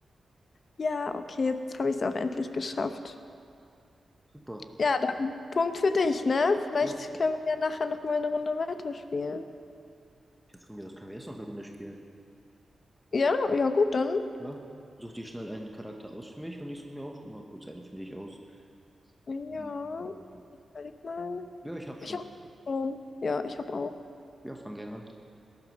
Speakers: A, on the left; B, in the centre.
A: Ja, okay, jetzt habe ich es auch endlich geschafft.
B: Super.
A: Ja, dann Punkt für dich, ne? Vielleicht
B: Ja.
A: können wir ja nachher nochmal eine Runde weiterspielen.
B: Ja, von mir aus können wir jetzt noch eine Runde spielen.
A: Ja, ja, gut, dann.
B: Ja. Such dir schnell einen Charakter aus für mich und ich suche mir auch noch mal kurz einen für dich aus.
A: Ja,
B: Hm.
A: ich überleg mal.
B: Ja, ich hab
A: Ich
B: schon.
A: habe schon. Ja, ich habe auch.
B: Ja, fang gerne an.